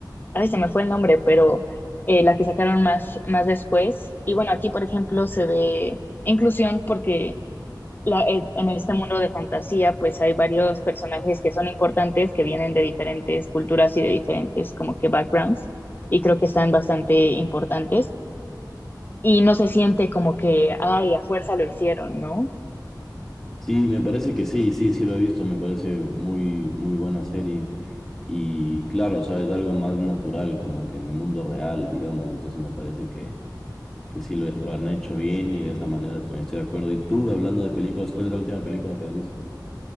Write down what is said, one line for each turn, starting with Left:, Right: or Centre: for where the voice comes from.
Left: ay, se me fue el nombre, pero eh, la que sacaron más, más después. Y bueno, aquí por ejemplo se ve inclusión porque la, eh, en este mundo de fantasía pues hay varios personajes que son importantes, que vienen de diferentes culturas y de diferentes como que backgrounds y creo que están bastante importantes. Y no se siente como que, ay, a fuerza lo hicieron, ¿no?
Centre: Sí, me parece que sí, sí, sí lo he visto, me parece muy, muy buena serie. Y claro, o sea, es algo más natural, como que en el mundo real, digamos, entonces me parece que que sí lo, lo han hecho bien y de esa manera también estoy de acuerdo. Y tú, hablando de películas, ¿cuál es la última película que has visto?